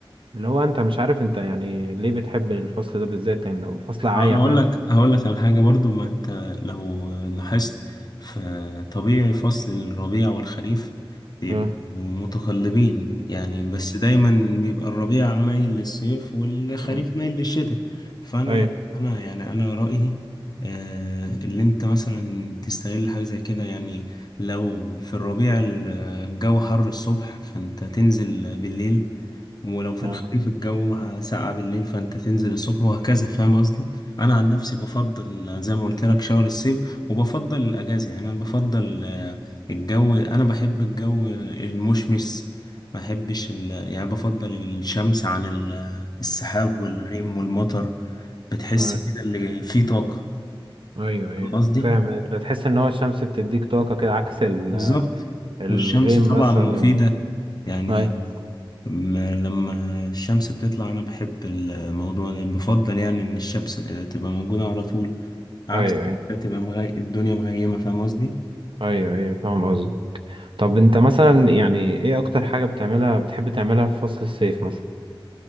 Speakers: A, on the right; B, on the left.
A: اللي هو انت مش عارف انت يعني ليه بتحب الفصل ده بالذات يعني فصل عايا
B: انا هقول
A: فاهم
B: لك هقول لك على حاجه برضو ما انت لو لاحظت فطبيعي فصل الربيع والخريف بيبقوا
A: آه.
B: متقلبين يعني بس دايما بيبقى الربيع مايل للصيف والخريف
A: مم.
B: مايل للشتاء فانا
A: ايوه
B: انا يعني انا رايي آه، اللي انت مثلا تستغل حاجه زي كده يعني لو في الربيع الجو حر الصبح فانت تنزل بالليل ولو في
A: آه.
B: الخريف الجو ه- ساقع بالليل فانت تنزل الصبح وهكذا فاهم قصدي انا عن نفسي بفضل زي ما قلت لك شهر الصيف وبفضل الاجازه يعني انا بفضل آه، الجو انا بحب الجو المشمس ما بحبش ال... يعني بفضل الشمس عن ال... السحاب
A: مم.
B: والغيم والمطر بتحس
A: آه.
B: كده اللي فيه طاقه
A: ايوه ايوه
B: فاهم قصدي
A: فاهم ده تحس ان هو الشمس بتديك طاقة كده عكس ال-
B: بالظبط
A: الغيم
B: والشمس طبعا
A: مثلا
B: مفيده يعني
A: ايوه
B: ما- لما الشمس بتطلع انا بحب الموضوع ده بفضل يعني ان الشمس تبقى موجودة على طول عكس
A: ايوه ايوه
B: ما تبقى مغي... الدنيا مغيمة فاهم قصدي
A: ايوه ايوه فاهم قصدي طب انت مثلا يعني ايه اكتر حاجة بتعملها بتحب تعملها في فصل الصيف مثلا